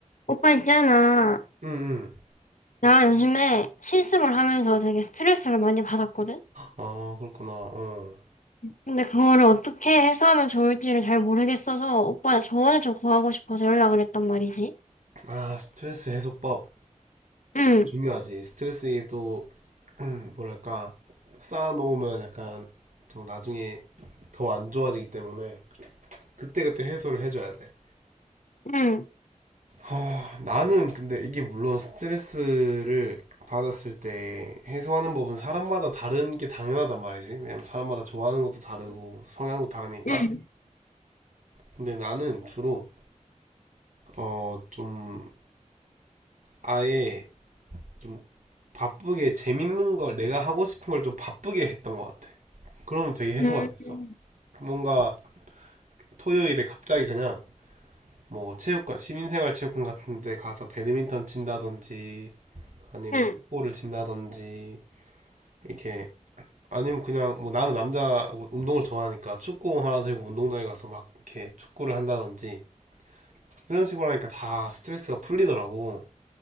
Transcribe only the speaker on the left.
오빠 있잖아.
나 요즘에 실습을 하면서 되게 스트레스를 많이 받았거든?
근데 그거를 어떻게 해소하면 좋을지를 잘 모르겠어서 오빠의 조언을 좀 구하고 싶어서 연락을 했단 말이지.
응,
응,
응,
응,
응,